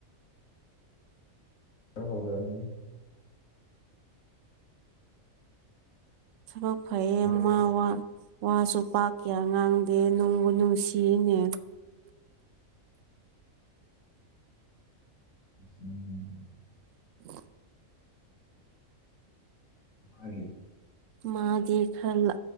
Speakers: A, on the left; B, on the right.
A: ꯀꯩꯅꯣ ꯍ ꯑꯗꯨꯅꯤ
B: ꯊꯂꯣ ꯐꯩꯌꯦ
A: ꯍꯣꯏ
B: ꯃꯥ ꯋꯥꯁꯨ ꯄꯥꯛ ꯀꯌꯥ ꯉꯥꯡꯗꯦ ꯅꯨꯡꯕꯨ ꯅꯨꯡꯁꯤꯅꯦ
A: ꯎꯝ
B: <inaudible>
A: ꯃꯥꯏ
B: ꯃꯥꯗꯤ ꯈꯔ